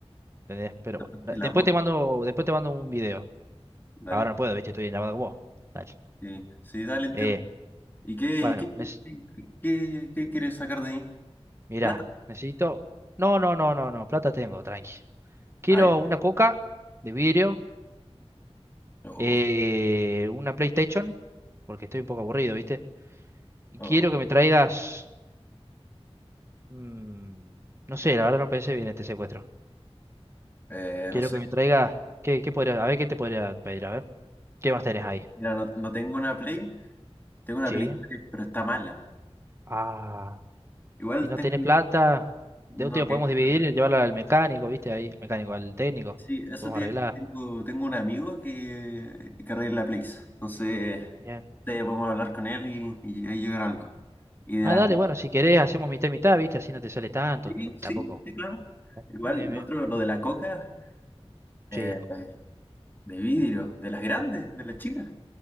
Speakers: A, on the right; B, on the left.
A: ¿Entendés? Pero
B: Tapaste
A: bueno, na-
B: la
A: después
B: boca.
A: te mando, después te mando un video.
B: Dale.
A: Ahora no puedo, viste, estoy en llamada con vos. Dale.
B: Sí, sí, dale, entiendo.
A: Eh,
B: ¿Y qué,
A: bueno,
B: y qué,
A: neces-
B: qué, qué- qué quieres sacar de mí?
A: mirá,
B: ¿Plata?
A: necesito. No, no, no, no, no. Plata tengo, tranqui. Quiero
B: Ah, ya.
A: una coca de vidrio,
B: Oh,
A: eh, una PlayStation, porque estoy un poco aburrido, ¿viste? Y
B: oh,
A: quiero que me traigas. mm, no sé, la verdad no pensé bien este secuestro.
B: eh,
A: Quiero
B: no sé.
A: que me traigas. ¿Qué, qué podría, a ver qué te podría pedir, a ver. ¿Qué más tenés ahí?
B: Mira, no, no tengo una Play, tengo una
A: Sí.
B: Play 3, pero está mala.
A: Ah.
B: Igual
A: y no
B: tengo,
A: tenés plata, de
B: no
A: último
B: tengo.
A: podemos dividir
B: plata.
A: y llevarla al mecánico, ¿viste? Ahí, el mecánico, al técnico.
B: Sí, eso
A: Podemos
B: te,
A: arreglar.
B: tengo, tengo un amigo que, que arregla Plays. Entonces,
A: Bien.
B: te podemos hablar con él y, y ahí llegar a algo. Y de
A: Ah,
B: la
A: dale, bueno, si querés hacemos mitad y mitad, ¿viste? Así no te sale tanto,
B: sí,
A: porque
B: sí,
A: tampoco.
B: sí, claro. Igual,
A: Ah, bien,
B: lo
A: bien.
B: otro, lo de la coca, eh,
A: Sí.
B: de vidrio, de las grandes, de las chicas.